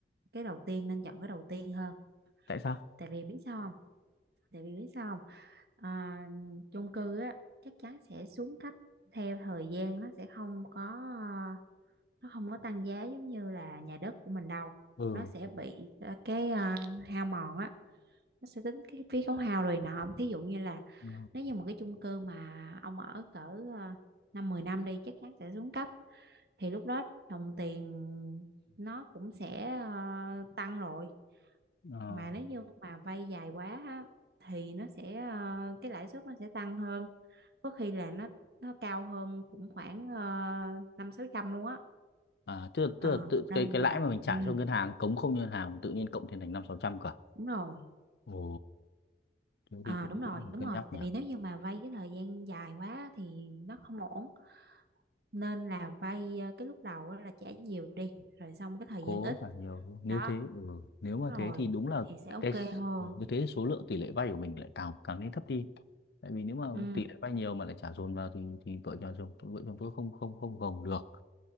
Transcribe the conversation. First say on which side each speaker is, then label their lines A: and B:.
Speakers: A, on the right; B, on the left.
A: cái đầu tiên nên chọn cái đầu tiên hơn
B: tại sao
A: tại vì biết sao không tại vì biết sao không à, chung cư á chắc chắn sẽ xuống cấp theo thời gian nó sẽ không có ờ, nó không có tăng giá giống như là nhà đất của mình đâu
B: ừ
A: nó sẽ bị ờ, cái ờ, hao mòn á nó sẽ tính cái phí khấu hao rồi nọ thí dụ như là
B: Ờ,
A: nếu như một cái chung cư mà ông ở cỡ ờ, năm 10 năm đi chắc chắn sẽ xuống cấp thì lúc đó đồng tiền nó cũng sẽ ờ, tăng rồi
B: ờ.
A: mà nếu như mà vay dài quá á, thì nó sẽ ờ, cái lãi suất nó sẽ tăng hơn có khi là nó nó cao hơn cũng khoảng ờ, năm sáu trăm luôn á
B: à tức là,
A: Ờ,
B: tức là tự
A: nên
B: cái cái
A: là
B: lãi mà mình trả
A: ừ,
B: cho ngân hàng cống không ngân hàng tự nhiên cộng thêm thành năm sáu trăm cả
A: đúng rồi
B: ồ thế
A: Ờ,
B: thì cũng
A: đúng rồi
B: cũng phải
A: đúng
B: cân
A: rồi
B: nhắc
A: tại
B: nhỉ
A: vì nếu như mà vay cái thời gian dài quá thì nó không ổn nên là vay ờ, cái lúc đầu á là trả nhiều đi rồi xong cái thời
B: cố
A: gian ít
B: trả nhiều đúng không? nếu
A: đó
B: thế ừ. nếu
A: đúng
B: mà
A: rồi
B: thế thì đúng là
A: thì sẽ ok
B: cái
A: hơn
B: ừ, như thế số lượng tỷ lệ vay của mình lại càng càng nên thấp đi tại vì nếu mà
A: ừ
B: tỷ lệ vay nhiều mà lại trả dồn vào thì thì vợ chồng chồng vợ chồng tôi không không không gồng được